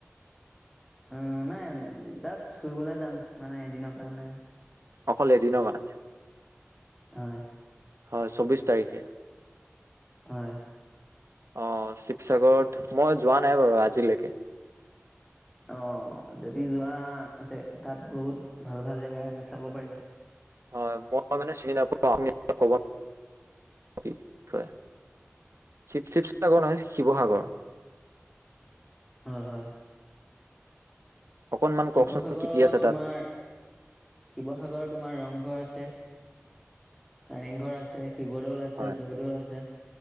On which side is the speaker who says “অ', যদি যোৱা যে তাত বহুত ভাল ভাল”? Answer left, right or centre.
Centre